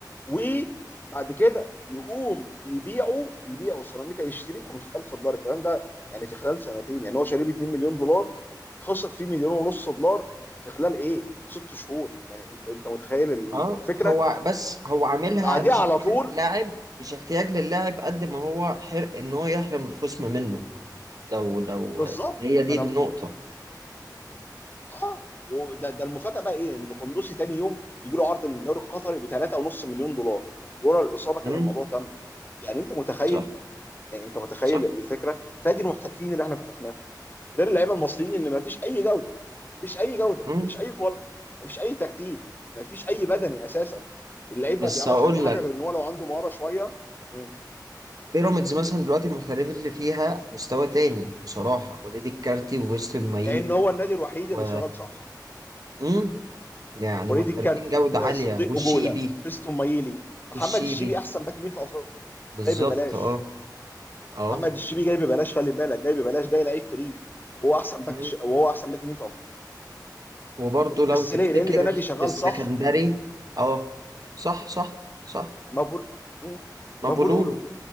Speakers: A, on the left; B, on the right.
A: وبعد كده يقوم يبيعه يبيعه سيراميكا يشتريه ب 5000 دولار الكلام ده يعني في خلال سنتين يعني هو شاريه ب 2 مليون دولار خسر فيه مليون ونص دولار في خلال ايه؟ ست شهور يعني انت انت متخيل ال-
B: اه
A: الفكره
B: هو بس هو عاملها
A: وبعديها
B: مش
A: على
B: احتياج
A: طول
B: للاعب مش احتياج للاعب قد ما هو حرق ان هو يحرم الخصم منه لو لو
A: بالظبط
B: هي
A: ما
B: دي
A: انا
B: النقطة
A: اه وده ده المفاجاه بقى ايه؟ ان قندوسي تاني يوم يجي له عرض من الدوري القطري ب 3.5 مليون دولار ورا الاصابه كان
B: امم
A: الموضوع تم يعني انت متخيل
B: صح
A: يعني انت متخيل
B: صح
A: الفكره فادي المحترفين اللي احنا فتحناهم غير اللعيبه المصريين اللي ما فيش اي جوده مفيش اي جوده
B: امم
A: مفيش اي كواليتي مفيش اي تكتيك مفيش اي بدني اساسا اللعيب
B: بس
A: ما بيعرفش
B: هقول
A: اي حاجه
B: لك
A: غير ان هو لو عنده مهاره شويه مم.
B: بيراميدز مثلا دلوقتي المحترفين اللي فيها مستوى تاني بصراحة وليد الكارتي وفيستون مايين
A: لان هو النادي الوحيد
B: و
A: اللي شغال صح
B: امم يعني
A: وليد
B: محترفين
A: الكارتي
B: جودة عالية
A: آه، صديق
B: والشيبي
A: اجولا فيستون مايلي محمد
B: والشيبي
A: الشيبي احسن باك يمين في افريقيا
B: بالظبط
A: جاي ببلاش
B: اه اه
A: محمد الشيبي جاي ببلاش خلي بالك جاي ببلاش جاي لعيب فري وهو احسن باك
B: إمم.
A: ش... وهو احسن باك يمين في افريقيا
B: وبرضه لو
A: بس
B: تفتكر
A: ليه لان ده نادي شغال
B: في السكندري
A: صح
B: اه صح صح صح
A: ما بقول مم.
B: ما
A: ما
B: بولولو
A: بقولوا له